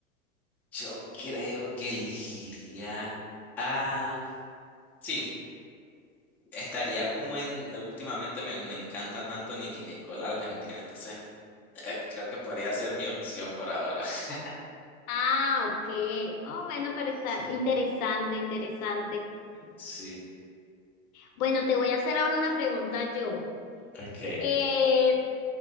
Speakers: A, in the centre; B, on the left.
A: yo creo que elegiría a... Sí, estaría como en... Últimamente me, me encanta tanto Nicki Nicole Argentina, entonces eh, creo que podría ser mi opción por ahora. <laughs>
B: Ah, ok. Oh, bueno, pero está
A: Sí.
B: interesante, interesante.
A: Sí,
B: Bueno, te voy a hacer ahora una pregunta yo.
A: ok.
B: Eh,